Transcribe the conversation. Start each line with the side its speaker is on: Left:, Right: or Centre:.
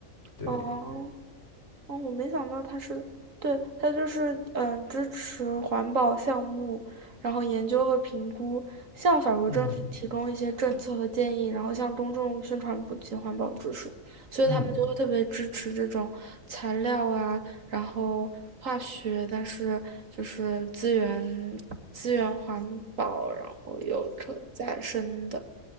Left: 对，
Right: 哦，哦，我没想到他是，对，他就是嗯支持环保项目，然后研究和评估，向法国政府提供一些政策和建议，
Left: 嗯
Right: 然后向公众宣传普及环保知识，所以他们就会特别支持这种材料啊，
Left: 嗯，
Right: 然后化学，但是就是资源资源环保，然后有可再生的，